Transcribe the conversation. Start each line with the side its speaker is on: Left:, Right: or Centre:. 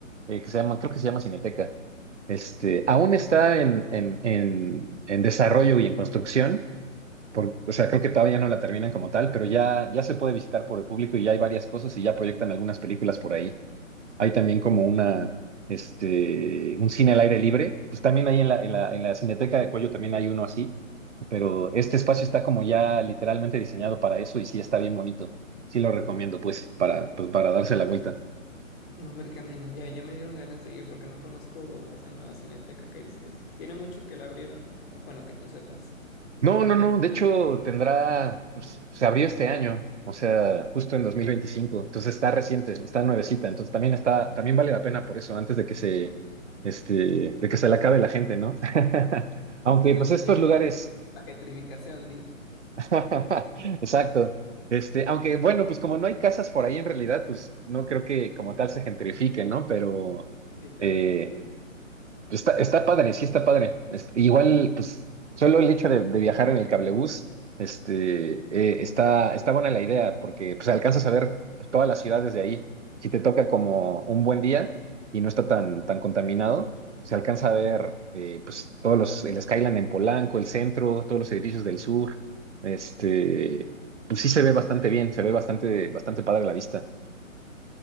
Right: eh, que se llama, creo que se llama Cineteca. Este, aún está
Left: <laughs>
Right: en, en, en, en desarrollo y en construcción, por- o sea, creo que todavía no la terminan como tal, pero ya, ya se puede visitar por el público y ya hay varias cosas y ya proyectan algunas películas por ahí. Hay también como una, este, un cine al aire libre. Pues también ahí en la, en la, en la Cineteca de Cuello también hay uno así, pero este espacio está como ya literalmente diseñado para eso y sí está bien bonito. Sí lo recomiendo, pues, para, pues, para darse la vuelta.
Left: No, Mercameno, ya, ya me dieron ganas de ir porque no conozco esa nueva cineteca que dices. Tiene mucho que la abrieron, o bueno, que tú sepas.
Right: No, no, no. De hecho, tendrá, pues, se abrió este año, o sea, justo en 2025. Entonces está reciente, está nuevecita. Entonces también está, también vale la pena por eso, antes de que se, este, de que se le acabe la gente, ¿no? <laughs> Aunque,
Left: Desde
Right: pues
Left: que
Right: estos
Left: llegue
Right: lugares,
Left: la gentrificación, di.
Right: <laughs> exacto. Este, aunque, bueno, pues como no hay casas por ahí en realidad, pues no creo que como tal se gentrifique, ¿no? Pero,
Left: Sí, claro.
Right: eh, Está, está padre, sí está padre. Este, igual, pues, solo el hecho de, de viajar en el cablebús, este, eh, está, está buena la idea, porque pues alcanzas a ver pues, todas las ciudades de ahí. Si te toca como un buen día y no está tan, tan contaminado, se alcanza a ver eh, pues todos los, el Skyline en Polanco, el centro, todos los edificios del sur. Este, pues sí se ve bastante bien, se ve bastante, bastante padre la vista.